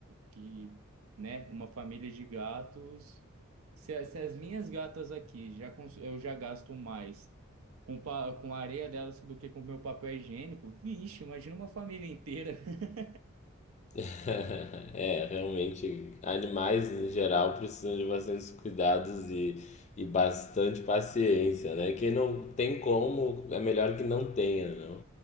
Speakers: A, on the right; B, on the left.
A: Que, né, uma família de gatos. Se, a- se as minhas gatas aqui já cons- eu já gasto mais com, pa- com a areia delas do que com o meu papel higiênico, vixe, imagina uma família inteira. <laughs>
B: <laughs> É, realmente, animais em geral precisam de bastantes cuidados e, e bastante paciência, né? Quem não tem como, é melhor que não tenha, não?